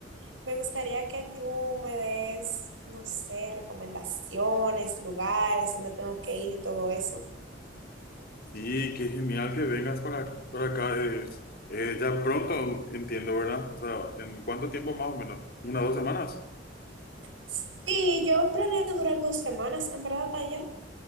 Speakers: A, on the right (about 75°); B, on the left (about 55°).
A: me gustaría que tú me des, no sé, recomendaciones, lugares, dónde tengo que ir y todo eso.
B: Sí, qué genial que vengas para, para acá. Es, eh, ya pronto, entiendo, ¿verdad? O sea, ¿en cuánto tiempo más o menos? ¿Una, dos semanas?
A: Sí, yo planeo durar dos semanas, en verdad, allá.